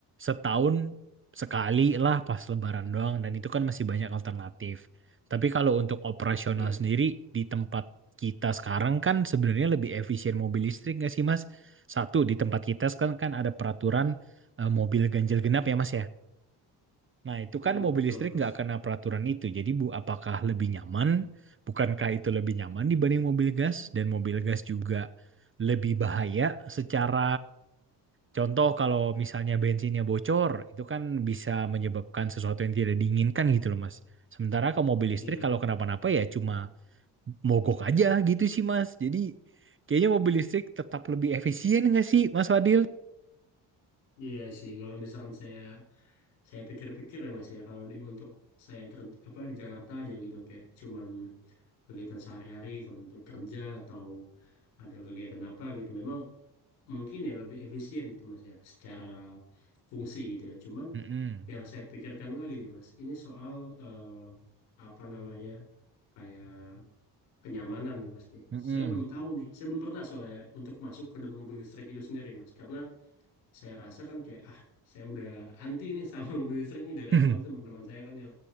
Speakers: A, on the right (about 25°); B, on the left (about 80°).
A: setahun sekali lah pas Lebaran doang, dan itu kan masih banyak alternatif. Tapi kalau untuk operasional
B: iya
A: sendiri di tempat kita sekarang kan sebenarnya lebih efisien mobil listrik nggak sih, Mas? Satu, di tempat kita sekarang kan ada peraturan eh, mobil ganjil genap ya, Mas ya. Nah, itu
B: Hmm,
A: kan mobil
B: betul
A: listrik
B: mas
A: nggak kena peraturan itu. Jadi, Bu, apakah lebih nyaman? Bukankah itu lebih nyaman dibanding mobil
B: Mhm.
A: gas? Dan mobil gas juga lebih bahaya secara contoh kalau misalnya bensinnya bocor, itu kan bisa menyebabkan sesuatu yang tidak diinginkan gitu loh, Mas. Sementara kalau mobil listrik
B: iya
A: kalau kenapa-napa ya cuma mogok aja gitu sih, Mas. Jadi, kayaknya mobil listrik tetap lebih efisien nggak sih, Mas Fadil?
B: iya sih kalau misalkan saya saya pikir-pikir ya mas ya kalau di untuk saya cer- apa di Jakarta aja gitu kayak cuman kegiatan sehari-hari untuk kerja atau ada kegiatan apa gitu memang mungkin ya lebih efisien gitu mas ya secara fungsi gitu ya cuman
A: Mm-mm.
B: yang saya pikirkan lagi nih mas ini soal eh, apa namanya kayak kenyamanan nih mas nih
A: Mm-mm.
B: saya belum tahu nih saya belum pernah soalnya untuk masuk ke dalam mobil listrik itu sendiri mas karena saya rasa kan kayak ah saya udah anti nih sama <laughs> mobil listrik nih dari
A: <laughs>
B: awal teman-teman saya kan yang